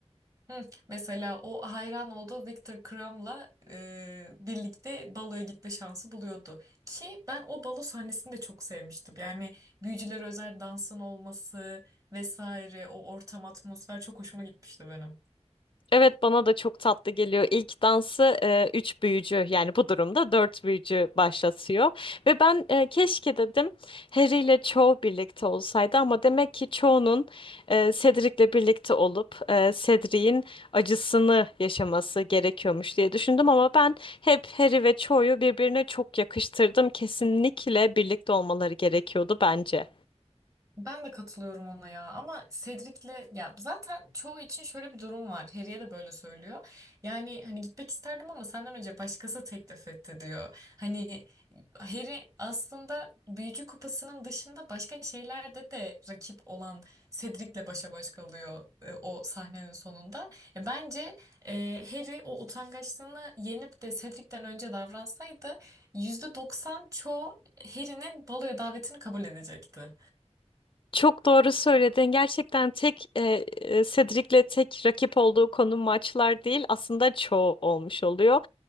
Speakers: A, on the right (about 30°); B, on the left (about 50°).
A: Hı, mesela o hayran olduğu Viktor Kram'la e, birlikte baloya gitme şansı buluyordu. Ki ben o balo sahnesini de çok sevmiştim. Yani büyücüler özel dansın olması vesaire o ortam atmosfer çok hoşuma gitmişti benim.
B: Evet bana da çok tatlı geliyor. İlk dansı e, üç büyücü yani bu durumda dört büyücü başlatıyor. Ve ben e, keşke dedim Harry ile Cho birlikte olsaydı ama demek ki Cho'nun e, Cedric'le birlikte olup e, Cedric'in acısını yaşaması gerekiyormuş diye düşündüm ama ben hep Harry ve Cho'yu birbirine çok yakıştırdım. Kesinlikle birlikte olmaları gerekiyordu bence.
A: Ben de katılıyorum ona ya ama Cedric'le ya zaten çoğu için şöyle bir durum var. Harry'e de böyle söylüyor. Yani hani gitmek isterdim ama senden önce başkası teklif etti diyor. Hani Harry aslında Büyücü Kupası'nın dışında başka şeylerde de rakip olan Cedric'le başa baş kalıyor e, o sahnenin sonunda. E, bence e, Harry o utangaçlığını yenip de Cedric'ten önce davransaydı %90 çoğu Harry'nin baloya davetini kabul edecekti.
B: Çok doğru söyledin. Gerçekten tek e, e, Cedric'le tek rakip olduğu konu maçlar değil, aslında çoğu olmuş oluyor.